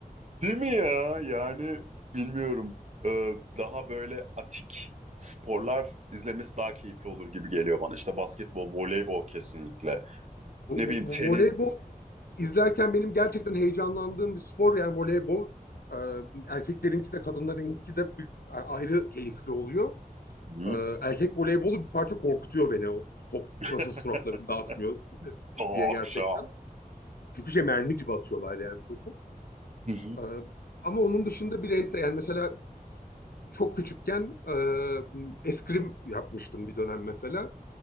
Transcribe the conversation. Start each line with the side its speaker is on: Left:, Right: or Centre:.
Right: Değil mi ya? Yani bilmiyorum. Ee, daha böyle atik sporlar izlemesi daha keyifli olur gibi geliyor bana. İşte basketbol, voleybol kesinlikle.
Left: Bu,
Right: Ne
Left: bu,
Right: bileyim
Left: bu
Right: tenis.
Left: voleybol izlerken benim gerçekten heyecanlandığım bir spor yani voleybol. Ee, erkeklerinki de kadınlarınki de bir- ayrı keyifli oluyor.
Right: Hı?
Left: Ee, erkek voleybolu bir parça korkutuyor beni. O top
Right: <laughs>
Left: nasıl suratlarını dağıtmıyor
Right: Talk
Left: diye gerçekten.
Right: show.
Left: Çünkü şey mermi gibi atıyorlar yani topu.
Right: Hı hı.
Left: Ee, ama onun dışında bireysel yani mesela çok küçükken e, eskrim yapmıştım bir dönem mesela.